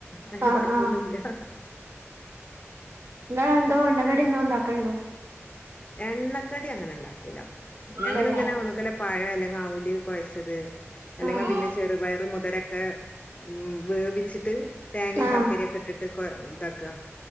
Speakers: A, on the left; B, on the right.
A: അതിന്
B: ആഹ്
A: കൊഴപ്പൊന്നുല്ല
B: ആഹ് നിങ്ങ എന്തോ എണ്ണകടി എന്തോ ഉണ്ടാക്കണ് ണ്ടോ
A: എണ്ണക്കടി അങ്ങനെ ഉണ്ടാക്കൂല ഞങ്ങളിങ്ങനെ
B: ഇല്ലല്ലേ
A: ഒന്നെങ്കി പഴം അല്ലെങ്കി അവുല് കൊയച്ചത് അല്ലെങ്കി
B: ആഹ്
A: പിന്നെ ചെറുപയറ് മുതരക്ക ഉം വേവിച്ചിട്ട് തേങ്ങയും
B: ആഹ്
A: ശർക്കരൊക്കെ ഇട്ടിട്ട് കൊ ഇതാക്ക